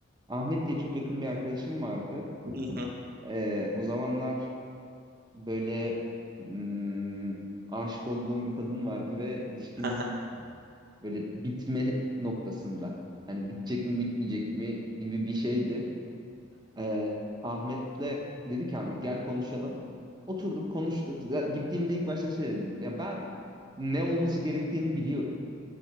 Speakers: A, on the right; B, on the right.
A: Ahmet diye çok yakın bir arkadaşım vardı.
B: Hı hı.
A: E, o zamanlar böyle hmm, aşık olduğum bir kadın vardı ve ilişkimiz
B: <laughs>
A: böyle bitme noktasında. Hani bitecek mi bitmeyecek mi gibi bir şeydi. E, Ahmet'le dedi ki Ahmet gel konuşalım. Oturduk konuştuk. Z- Gittiğimde ilk başta şey dedim. Ya ben ne olması gerektiğini biliyorum.